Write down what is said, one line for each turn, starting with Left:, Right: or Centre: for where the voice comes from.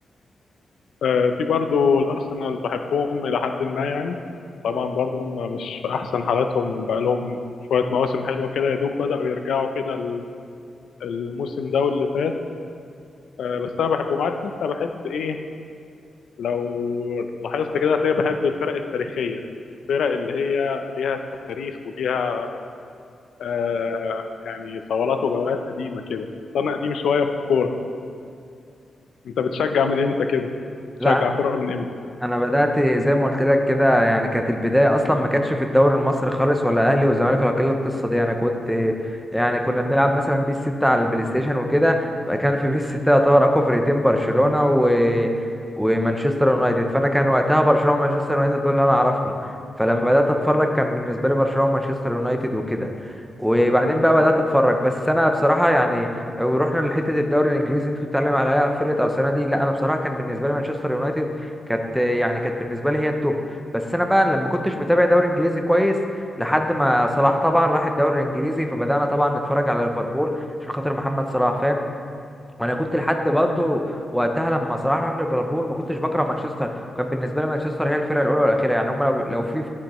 Left: آه، في برضو الأرسنال بحبهم إلى حد ما يعني طبعا برضو هم مش في أحسن حالاتهم بقالهم شوية مواسم حلوة كده يا دوب بدأوا يرجعوا كده ال- الموسم ده واللي فات آه، بس أنا بحبهم عارف أنت بحب إيه لو لاحظت كده هتلاقي بحب الفرق التاريخية الفرق اللي هي ليها تاريخ وليها آه يعني صولات وجولات قديمة كده أنا قديم شوية في الكورة أنت بتشجع من إمتى كده؟ بتشجع
Centre: لا
Left: كورة من إمتى؟
Centre: انا بدات زي ما قلت لك كده يعني كانت البدايه اصلا ما كانتش في الدوري المصري خالص ولا اهلي وزمالك ولا كل القصه دي انا كنت يعني كنا بنلعب مثلا بيس 6 على البلاي ستيشن وكده كان في بيس 6 يعتبر اقوى فرقتين برشلونه و... ومانشستر يونايتد فانا كان وقتها برشلونه ومانشستر يونايتد دول اللي انا اعرفهم فلما بدات اتفرج كان بالنسبه لي برشلونه ومانشستر يونايتد وكده وبعدين بقى بدات اتفرج بس انا بصراحه يعني لو رحنا لحته الدوري الانجليزي انت كنت بتتكلم عليها فرقه ارسنال دي لا انا بصراحه كان بالنسبه لي مانشستر يونايتد كانت يعني كانت بالنسبه لي هي التوب بس انا بقى لما كنتش متابع دوري انجليزي كويس لحد ما صلاح طبعا راح الدوري الانجليزي فبدانا طبعا نتفرج على ليفربول عشان خاطر محمد صلاح فاهم وانا كنت لحد برضه وقتها لما صلاح راح ليفربول ما كنتش بكره مانشستر وكان بالنسبه لي مانشستر هي الفرقه الاولى والاخيره يعني هم لو لو في